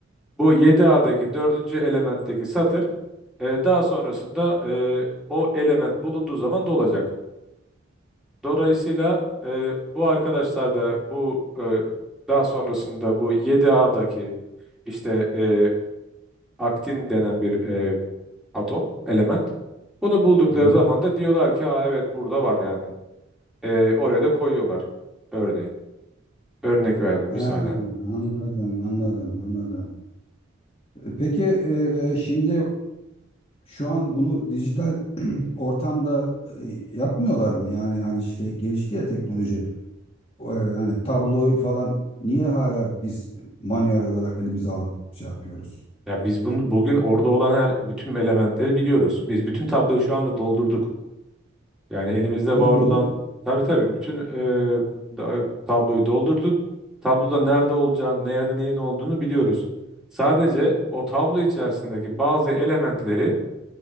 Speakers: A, in the centre; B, on the left.
A: Bu 7A'daki dördüncü elementteki satır e, daha sonrasında e, o element bulunduğu zaman dolacak. Dolayısıyla e, bu arkadaşlar da bu e, daha sonrasında bu 7A'daki işte e, aktin denen bir e, atom, element. Bunu buldukları
B: Hı.
A: zaman da diyorlar ki Aa, evet burada var yani. E, oraya da koyuyorlar örneğin. Örnek verdim misalen.
B: Ha, anladım, anladım, anladım. E, Peki e, şimdi şu an bunu dijital <clears throat> ortamda e, yapmıyorlar mı? Yani hani şey gelişti ya teknoloji. o, e, hani tabloyu falan niye hala biz manuel olarak elimize alıp şey yapıyoruz?
A: Ya biz bunu bugün orada olan her bütün elementleri biliyoruz. Biz bütün tabloyu şu anda doldurduk. Yani elimizde
B: Doldurduk.
A: var olan tabii tabii bütün e, da- tabloyu doldurduk. Tabloda nerede olacağını, nerede neyin olduğunu biliyoruz. Sadece o tablo içerisindeki bazı elementleri